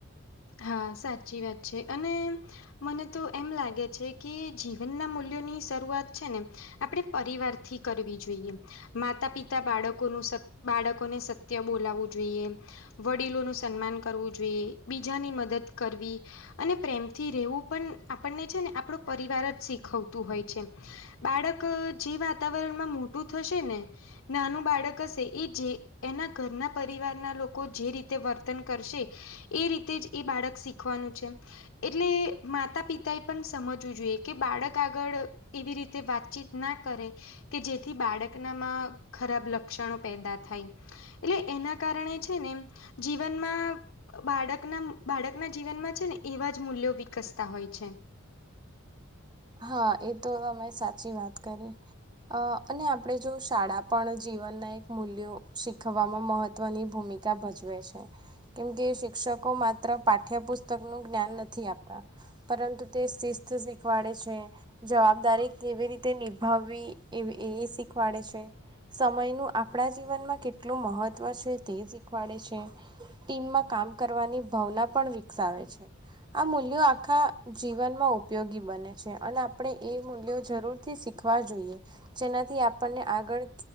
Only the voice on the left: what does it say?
હા સાચી વાત છે અને મને તો એમ લાગે છે કે જીવનના મૂલ્યોની શરૂઆત છે ને આપણે પરિવારથી કરવી જોઈએ. માતા-પિતા બાળકોનું સત બાળકોને સત્ય બોલાવું જોઈએ, વડીલોનું સન્માન કરવું જોઈએ, બીજાની મદદ કરવી અને પ્રેમથી રહેવું પણ આપણને છે ને આપણો પરિવાર જ શીખવતું હોય છે. બાળક જે વાતાવરણમાં મોટું થશે ને નાનું બાળક હશે એ જે એના ઘરના પરિવારના લોકો જે રીતે વર્તન કરશે એ રીતે જ એ બાળક શીખવાનું છે, એટલે માતા પિતા એ પણ સમજવું જોઈએ કે બાળક આગળ એવી રીતે વાતચીત ના કરે કે જેથી બાળકનામાં ખરાબ લક્ષણો પેદા થાય એટલે એના કારણે છેને જીવનમાં બાળકના બાળકના જીવનમાં છે ને એવા જ મૂલ્યો વિકસતા હોય છે.